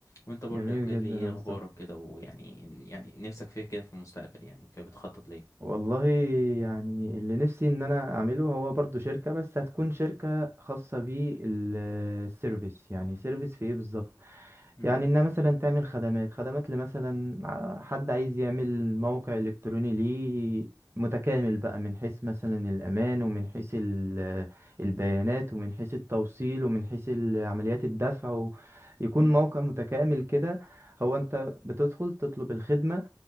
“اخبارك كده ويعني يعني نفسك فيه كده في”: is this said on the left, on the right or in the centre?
Left